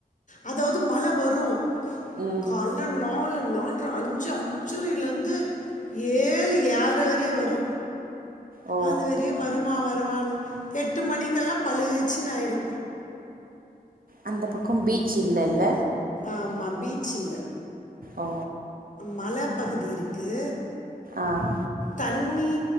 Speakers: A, on the left; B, on the right.
A: அதாவ்து மழ வரு
B: ம்
A: கால்ல நாலு நா நால்ர அஞ்சு அஞ்சரைலெந்து ஏழு ஏழ்ர வரையு வரு
B: ஓ
A: அது வரையு வருமா வருவானு எட் டு மணிக்கெல்லா பளு ச்சுனு ஆய்டு
B: அந்த பக்கம் பீச் இல்லெல்ல
A: ஆமா பீச் இல்ல
B: ஓ
A: மல பகுதி இருக்கு
B: ஆ
A: தண்ணி